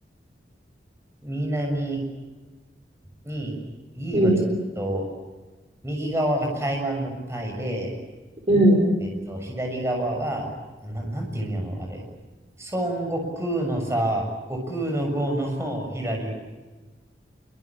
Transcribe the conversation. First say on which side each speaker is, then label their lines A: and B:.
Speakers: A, on the right; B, on the right.
A: 南に、いいはちょっと、
B: うん、
A: 右側が台湾のタイで、
B: うん。
A: えっと、左側が、な、なんていうんやろ、あれ。孫悟空のさ、悟空の悟の左。